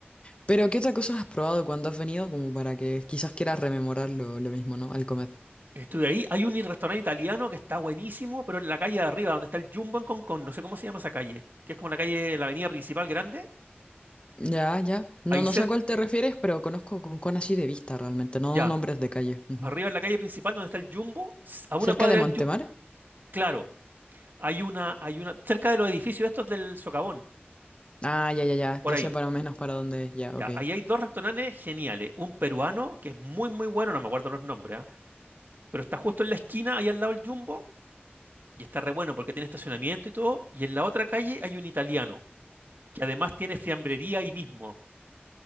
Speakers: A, on the left; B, on the right.
A: Pero, ¿qué otra cosa has probado cuando has venido? Como para que quizás quieras rememorar lo, lo mismo, ¿no? Al comer.
B: Estuve ahí. Hay un restaurante italiano que está buenísimo, pero en la calle de arriba, donde está el Jumbo en Concón. No sé cómo se llama esa calle. Que es como la calle, la avenida principal grande.
A: Ya, ya. No,
B: Ahí
A: no
B: cerca,
A: sé a cuál te refieres, pero conozco con así de vista realmente, no
B: ya.
A: nombres de calle. Ujú.
B: Arriba en la calle principal, donde está el Jumbo, s- a una
A: ¿Cerca
B: cuadra
A: de Montemar?
B: del Jumbo. Claro, hay una, hay una, cerca de los edificios estos del Socavón,
A: Ah, ya, ya, ya.
B: por
A: Ya
B: ahí.
A: sé para menos para dónde es. Ya,
B: Ya,
A: ok.
B: ahí hay dos restaurantes geniales. Un peruano, que es muy, muy bueno, no me acuerdo los nombres, ¿ah? Pero está justo en la esquina, ahí al lado del Jumbo, y está re bueno porque tiene estacionamiento y todo. Y en la otra calle hay un italiano, que además tiene fiambrería ahí mismo.